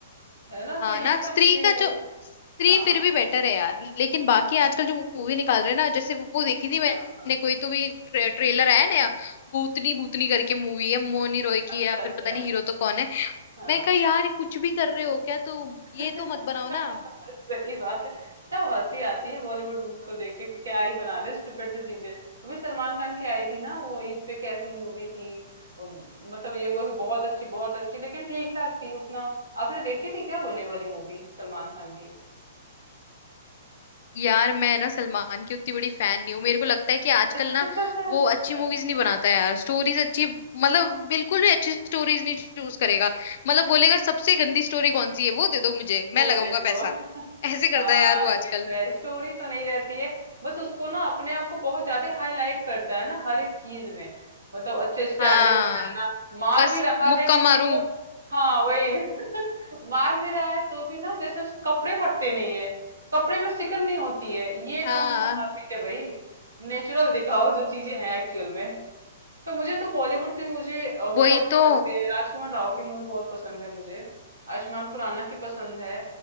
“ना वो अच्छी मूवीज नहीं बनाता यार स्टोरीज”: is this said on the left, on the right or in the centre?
Left